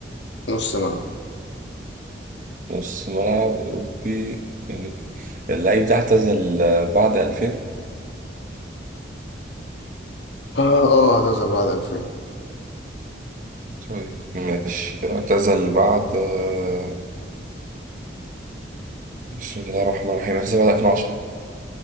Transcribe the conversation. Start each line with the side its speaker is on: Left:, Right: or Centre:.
Left: نص ملعب
Right: نص ملعب أوروبي يعني اللعيب ده اعتزل آه، بعد 2000
Left: اه اه اعتزل بعد 2000
Right: طيب ماشي اعتزل بعد آه، بسم الله الرحمن الرحيم اعتزل بعد 2010